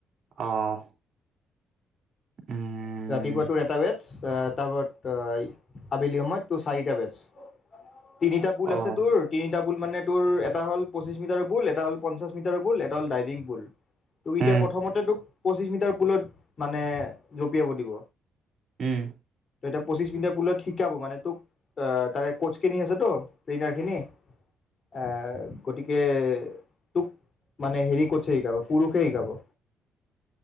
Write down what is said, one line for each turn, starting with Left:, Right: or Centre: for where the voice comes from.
Right: অ', উম।
Left: ৰাতিপুৱা তোৰ এটা বেচ্, তাৰপিচত আবেলি সময়ত তোৰ চাৰিটা বেচ্। তিনিটা পুল আছে
Right: অ'।
Left: তোৰ তিনিটা পুল মানে টোৰ এটা হল পঁচিছ মিটাৰৰ পুল, এটা হ'ল পঞ্চাশ মিটাৰৰ পুল। এটা হ'ল ডাইনিং পুল। তোক
Right: উম,
Left: এতিয়া প্ৰথমতে তোক পঁচিশ মিটাৰ পুলত মানে যোগ পিয়াব দিব।
Right: উম।
Left: ত এতিয়া পঁচিশ মিনিটাৰ পুলত শিকাব মানে তোক অ', তাৰে কোচখিনি আছে তো। পিটাৰখিনি। এই গতিকে তোক মানে হেৰি ক চে শিকাব পুৰুষে শিকাব।